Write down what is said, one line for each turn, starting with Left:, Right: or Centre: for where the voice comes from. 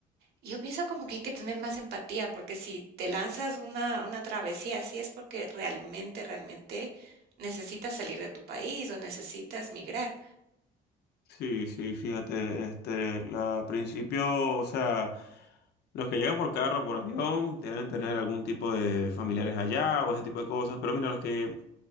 Right: Y Yo pienso como que hay que tener más empatía, porque si te lanzas una, una travesía así es porque realmente, realmente necesitas salir de tu país o necesitas migrar.
Left: Sí, sí, fíjate, este, la, al principio, o sea, los que llegan por carro, por avión, deben tener algún tipo de familiares allá o ese tipo de cosas, pero mira, los que